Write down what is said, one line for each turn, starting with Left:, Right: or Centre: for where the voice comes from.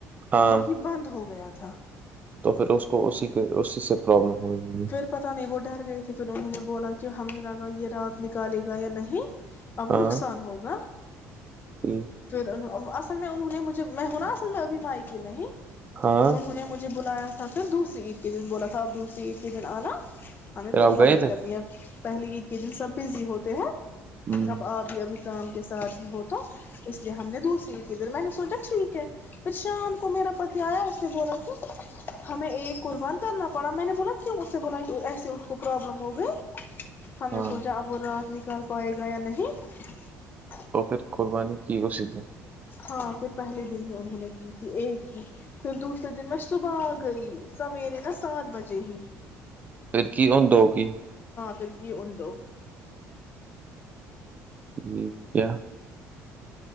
Right: ہاں
Left: وہی بند ہو گیا تھا اچ تھا
Right: تو پھر اس کو اسی کے اسی سے پرابلم ہوئی ہوگی
Left: پھر پتا نہیں وہ ڈر گئے تھے پھر انہوں نے بولا کہ ہمیں لگا یہ رات نکالے گا یا نہیں اب
Right: ہاں
Left: نقصان ہوگا
Right: ٹھیک
Left: پھر اصل میں انہوں نے مجھے میں ہوںا اصل میں ابھی مائی کے میں نہیں ہی
Right: ہاں
Left: انہوں نے مجھے بلایا س تھا کرر دوسریید ک دن بولا تھا اب دوسری ک دن آنا ہمیں
Right: پھر
Left: قربانی
Right: آپ گئے تھے
Left: کرنی ہے پہلی عید کے دن سب بزی ہوتے ہیں
Right: ہوں،
Left: اب آبھی ابھی کام کے ساتھ ہی ہو تو اس لیے ہم نے دوسری تھی در میں نے سو ٹھیک ہے پھر شام کو میرا پتی آیا اس نے بولا کہ ہمیں ایک قربان کرنا پڑا میں نے بولا کیوں اس سے بولا ایسے اس کو پرابلم ہو گئی ہم نے
Right: ہاں
Left: سوچا اب وہ رات نکل پائے گا یا نہیں <unintelligible>
Right: ا پھر قوربانی کی گش د ہیں
Left: ہاں پھر پہلے دن ہی انہوں نے کی تھی ایک کی پھر دوسرے دن میں صبح آ گئی سویرے نا سات بجے ہی
Right: پرکی ان دو کی
Left: سر کیے اڈوکے
Right: ٹھ ہے